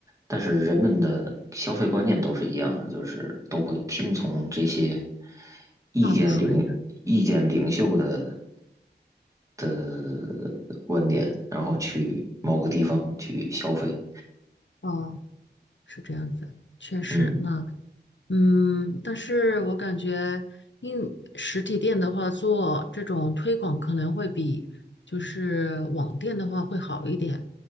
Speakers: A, on the right; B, on the left.
A: 但是人们的消费观念都是一样的，就是都会听从这些意见领意见领袖的
B: 大多数人的
A: 的观点，然后去某个地方去消费。
B: 哦是这样子，确实那。
A: 嗯
B: 嗯，但是我感觉应实体店的话，做这种推广可能会比就是网店的话会好一点。